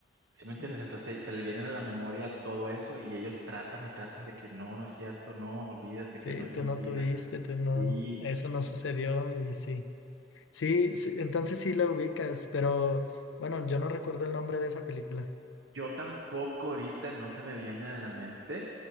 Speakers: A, on the right (about 75°); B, on the left (about 80°).
A: ¿Sí
B: sí,
A: me entiendes? Entonces se, se le viene a la memoria todo eso y ellos tratan y tratan de que no, no es cierto, no, olvídate
B: sí,
A: que no es
B: tú
A: mentira.
B: no tuviste, tú no,
A: Y
B: eso no sucedió y sí. Sí, sí, entonces sí la ubicas, pero bueno, yo no recuerdo el nombre de esa película.
A: yo tampoco ahorita no se me viene a la mente,